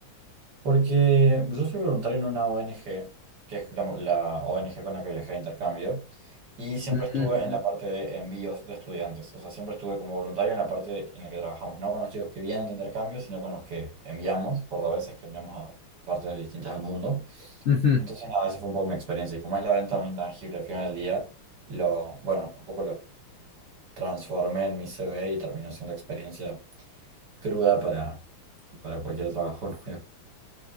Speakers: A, on the right; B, on the left.
A: Porque yo soy voluntario en una ONG, que es la, la ONG con la que viajé de intercambio, y siempre
B: Ujú,
A: estuve
B: ujú.
A: en la parte de envíos de estudiantes. O sea, siempre estuve como voluntario en la parte en la que trabajamos, no con los chicos que vienen de intercambio, sino con los que enviamos, cordobeses que enviamos a partes distintas del mundo.
B: Ujú.
A: Entonces, nada, esa fue un poco mi experiencia. Y como es la venta de un intangible al final del día, lo, bueno, un poco lo transformé en mi CV y terminó siendo experiencia cruda para, para cualquier trabajo <laughs> nuevo.